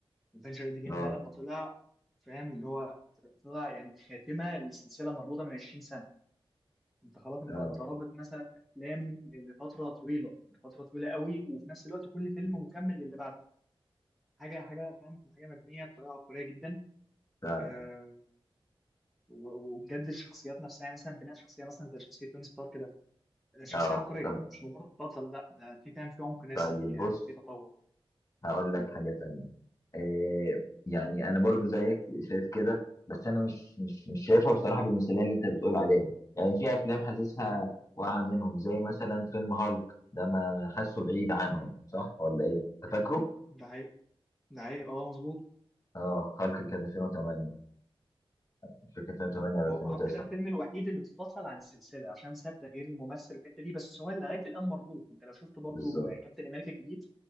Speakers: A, in the centre; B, on the left.
A: افنجر اند جيم
B: اه
A: ده لما طلع فاهم اللي هو طلع يعني خاتمه لسلسله مربوطه من 20 سنه انت خلاص انت
B: اه
A: انت رابط مثلا افلام ل- لفتره طويله لفتره طويله قوي وفي نفس الوقت كل فيلم مكمل للي بعده حاجه حاجه فاهم حاجه مبنيه بطريقه عبقريه جدا
B: فعلا
A: آه و- وبجد الشخصيات نفسها يعني مثلا بناء شخصيه مثلا زي شخصيه توني ستارك كده شخصيه
B: اه
A: عبقريه
B: طب
A: مش مجرد بطل لا ده في فاهم في عمق نفسي
B: طيب
A: فيها
B: بص
A: في تطور
B: هقول
A: مم.
B: لك حاجه تانية آه يعني انا برضو زيك شايف كده بس انا مش مش مش شايفها بصراحه بالمثاليه اللي انت بتقول عليها يعني في افلام حاسسها
A: مم.
B: واقعه منهم زي مثلا فيلم هالك ده ما حاسه بعيد عنهم
A: مم.
B: صح ولا ايه انت
A: مم.
B: فاكره
A: ده حقيقي ده حقيقي اه مظبوط
B: اه هالك كان 2008 مش فاكر 2008 ولا 2009
A: هو هارت ده الفيلم الوحيد اللي اتفصل عن السلسله عشان ساب تغيير الممثل والحته دي بس هو لغايه الان مربوط انت لو شفت برضو
B: بالظبط
A: آه، كابتن امريكا الجديد